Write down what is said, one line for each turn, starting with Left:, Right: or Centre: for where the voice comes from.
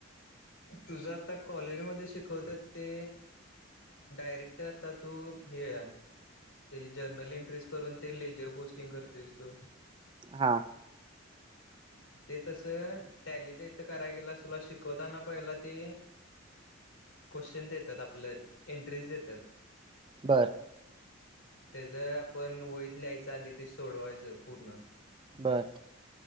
Left: तुझं आता कॉलेजमध्ये शिकवत्यात ते डायरेक्ट आता तू हे त्याची जर्नल एंट्रीज करून ते लेजर पोस्टिंग करतो यस तो
Right: हा.
Left: ते तसं टॅलीच्या इथं करायला गेलास तुला शिकवताना पहिल ते क्वेश्चन देतात आपलं, एंट्रीज देतात.
Right: बर.
Left: त्या ज आपण वईत लिहायचं, आधी ते सोडवायचं पूर्ण
Right: बर